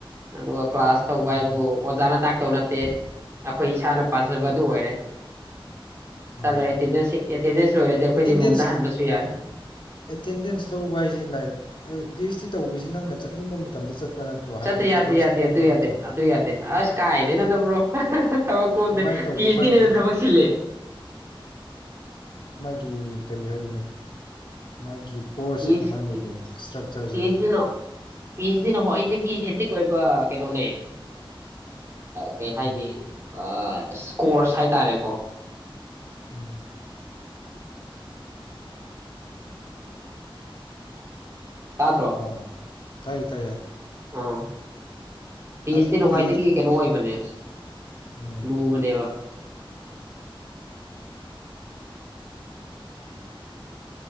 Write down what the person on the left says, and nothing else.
ꯎꯝ
ꯎꯝ
ꯑꯦꯇꯦꯟꯗꯦꯟꯁ
ꯑꯦꯇꯦꯟꯗꯦꯟꯁ ꯂꯧꯕ ꯍꯥꯏꯁꯤ ꯂꯥꯏꯛ ꯄꯤ ꯑꯩꯆ ꯗꯤ ꯇꯧꯕꯁꯤ ꯅꯪꯅ ꯆꯠꯅꯤꯡꯕ ꯃꯇꯝꯗ ꯆꯠꯄ ꯅꯠꯇ꯭ꯔꯣ ꯍꯥꯏꯕꯗꯤ
ꯊꯕꯛꯁꯤ
ꯀꯣꯝꯕ
ꯅꯠꯇ꯭ꯔꯣ
ꯍꯥꯏꯗꯤ
ꯀꯃꯥꯏꯅ ꯇꯧꯒꯦ
ꯃꯥꯒꯤ
ꯒꯤ ꯀꯔꯤ ꯍꯥꯏꯒꯅꯤ ꯃꯥꯒꯤ ꯀꯣꯔꯁꯁꯦ
ꯀꯃꯥꯏꯅ ꯂꯩꯒꯦ ꯏꯁꯇ꯭ꯔꯛꯆꯔꯁꯦ
ꯎꯝ
ꯎꯝ
ꯑꯣ ꯇꯥꯏꯌꯦ ꯇꯥꯏꯌꯦ
ꯑꯗꯨꯗꯤ
ꯎꯝ